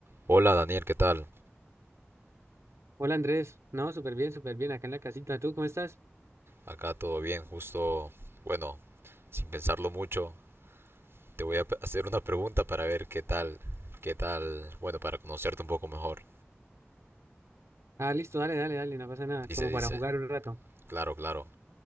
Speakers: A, on the right; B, on the right.
A: Hola Daniel, ¿qué tal?
B: Hola Andrés, no, súper bien, súper bien, acá en la casita. ¿Tú cómo estás?
A: Acá todo bien, justo, bueno, sin pensarlo mucho, te voy a p- hacer una pregunta para ver qué tal, qué tal, bueno, para conocerte un poco mejor.
B: Ah, listo, dale, dale, dale, no pasa nada,
A: Dice,
B: como
A: dice,
B: para jugar un rato.
A: claro, claro.